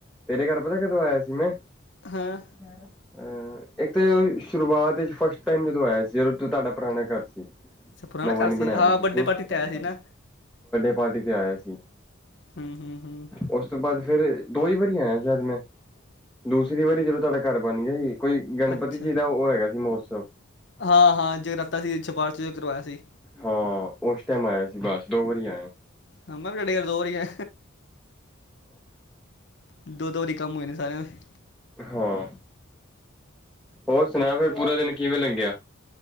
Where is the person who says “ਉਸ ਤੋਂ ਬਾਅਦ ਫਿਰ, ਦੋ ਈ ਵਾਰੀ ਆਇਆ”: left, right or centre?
Centre